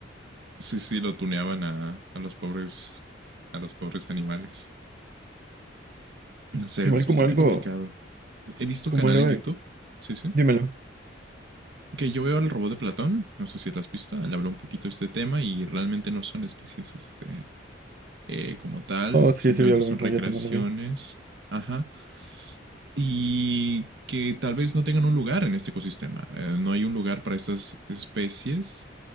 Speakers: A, on the right (about 65°); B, on the right (about 45°).
A: Sí, sí, lo tuneaban a, a los pobres, a los pobres animales. No sé,
B: Igual
A: es
B: como
A: bastante
B: algo,
A: complicado. He visto
B: como
A: un canal
B: algo
A: en YouTube,
B: de...
A: sí, sí,
B: Dímelo.
A: que yo veo al robot de Platón, no sé si lo has visto, le habló un poquito de este tema y realmente no son especies, este, eh, como tal,
B: Oh, sí,
A: simplemente
B: sí vio lo
A: son
B: mismo,
A: recreaciones,
B: yo también lo vi.
A: ajá, y que tal vez no tengan un lugar en este ecosistema. Eh, no hay un lugar para estas especies